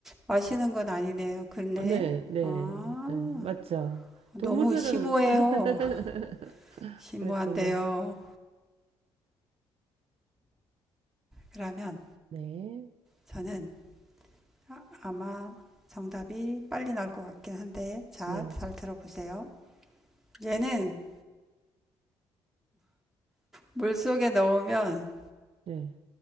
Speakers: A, in the centre; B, on the right.
A: 마시는 건 아니네요. 그렇네.
B: 아, 네, 네,
A: 아,
B: 네, 맞죠.
A: 너무
B: 동물들은,
A: 심오해요.
B: <laughs>
A: <laughs> 심오한데요.
B: 그랬구나.
A: 그러면
B: 네,
A: 저는 아, 아마 정답이 빨리 나올 것 같긴 한데, 자,
B: 네,
A: 잘 들어보세요. 얘는 물속에 넣으면
B: 네.